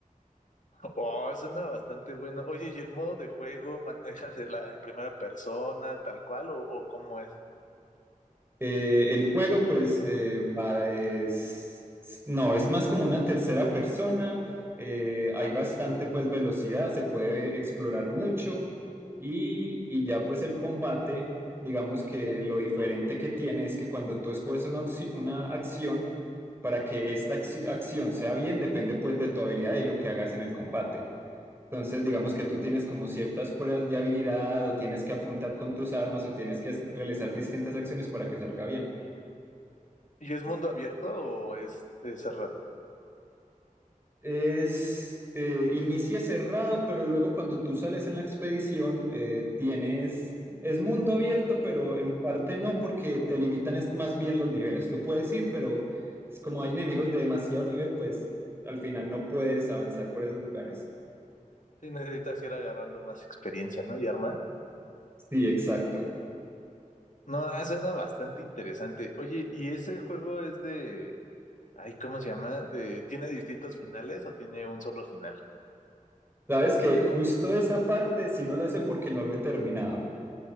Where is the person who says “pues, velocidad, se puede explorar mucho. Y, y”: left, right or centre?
Right